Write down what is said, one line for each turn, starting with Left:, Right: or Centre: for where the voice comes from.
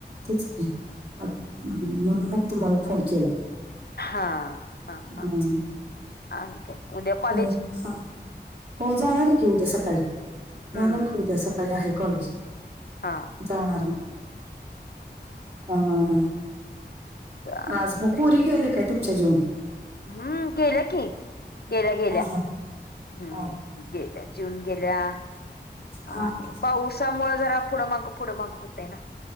Right: तेच <inaudible> म्हणून मग तुम्हाला फोन केला.
Left: हा, हा, हा
Right: हम्म,
Left: आणि काय? उद्या कॉलेज.
Right: काय? हा. हो जाणार आहे की उद्या सकाळी. जाणार
Left: हम्म
Right: की उद्या सकाळी आहे कॉलेज.
Left: हा
Right: जाणार मग <inaudible> हा
Left: चालतंय
Right: आज मग पुरी गेले काय. तुमच्या <inaudible> जीवन
Left: हम्म. गेलं की. गेल्या, गेल्या
Right: हा हा
Left: हम्म
Right: हा
Left: गे. जून गेल्या
Right: हा
Left: आणि
Right: हा
Left: पाऊस त्यामुळे जरा पुढं मग, पुुढ मग होतें ना.